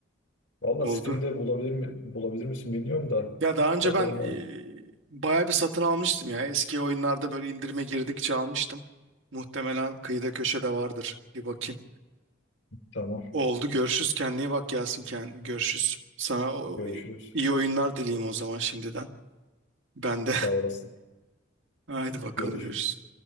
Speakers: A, on the left; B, on the right.
A: Valla
B: Oldu.
A: Steam'de bulabilir mi, bulabilir misin bilmiyorum da.
B: Ya daha önce
A: Bakalım
B: ben e,
A: yani.
B: bayağı bir satın almıştım ya. Eski oyunlarda böyle indirime girdikçe almıştım. Muhtemelen kıyıda köşede vardır. Bir bakayım.
A: Tamam.
B: Oldu görüşürüz. Kendine iyi bak Yasin. Kend görüşürüz. Sana o-
A: Görüşürüz.
B: iyi oyunlar dileyim o zaman şimdiden. Ben de.
A: Sağ olasın.
B: <laughs> Haydi bakalım
A: Görüşürüz.
B: görüşürüz.